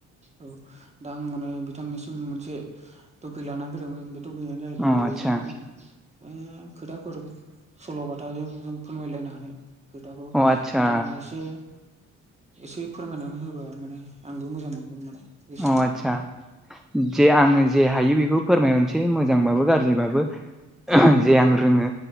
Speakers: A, on the right; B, in the centre.
A: औ दा आं माने बिथांनिसिम मोनसे टपिक लानानै फैदोंमोन। टपिकआनो जाहैदों
B: अ
A: जे
B: आदसा
A: जों माने ओ खोथाफोर सल'बाथ खोथाजों जों फोरमायलायनो हानाय खोथाखौ
B: अ आदसा
A: बिथाङा एसे एसे फोरमायनानै होबा माने आंबो मोजां मोनगोन माने गोसोफ्रा
B: अ आतसा जे आङो जे हायो बेखौ फोरमायहरसै मोजांबाबो गाज्रिबाबो
A: औ
B: जे आं रोङो